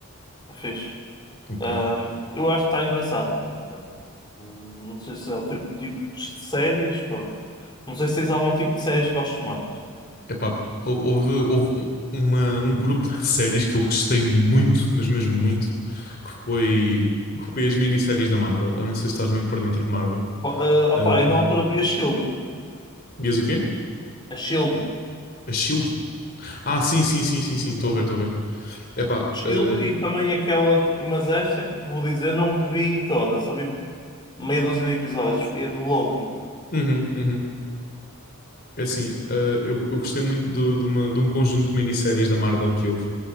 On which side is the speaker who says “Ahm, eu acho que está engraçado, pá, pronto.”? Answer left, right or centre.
Left